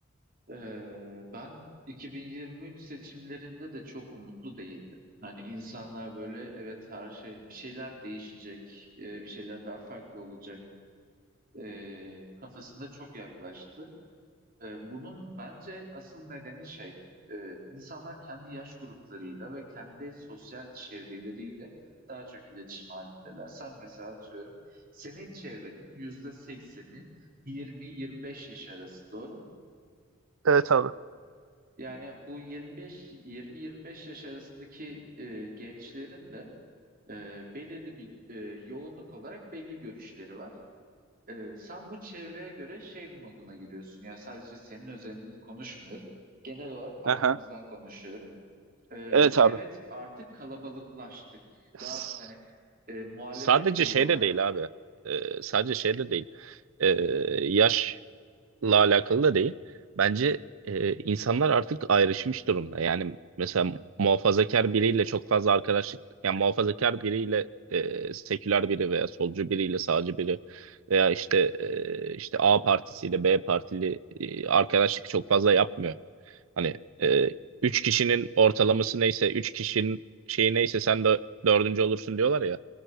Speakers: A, on the right; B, on the right.
A: Ee, ben 2023 seçimlerinde de çok umutlu değildim. Hani insanlar böyle evet her şey bir şeyler değişecek, e, bir şeyler daha farklı olacak e, kafasında çok yaklaştı. E, bunun bence asıl nedeni şey, e, insanlar kendi yaş gruplarıyla ve kendi sosyal çevreleriyle daha çok iletişim halindeler. Sen mesela atıyorum, senin çevrenin yüzde sekseni 20-25 yaş arası, doğru mu?
B: Evet abi.
A: Yani bu 25, 20-25 yaş arasındaki e, gençlerin de e, belirli bir e, yoğunluk olarak belli görüşleri var. Ee, sen bu çevreye göre şey moduna giriyorsun. Yani sadece senin özelini konuşmuyorum. Genel olarak halkımızdan
B: Aha.
A: konuşuyorum. Ee,
B: Evet abi.
A: evet artık kalabalıklaştık.
B: S-
A: Daha hani e, muhalefet
B: Sadece
A: grubu
B: şey
A: olarak.
B: de değil abi. Ee, sadece şey de değil. Ee, yaş alakalı da değil. Bence e, insanlar artık ayrışmış durumda. Yani mesela muhafazakar biriyle çok fazla arkadaşlık, yani muhafazakar biriyle e, seküler biri veya solcu biriyle sağcı biri veya işte e, işte A partisiyle B partili e, arkadaşlık çok fazla yapmıyor. Hani e, üç kişinin ortalaması neyse, üç kişinin şeyi neyse sen de dördüncü olursun diyorlar ya.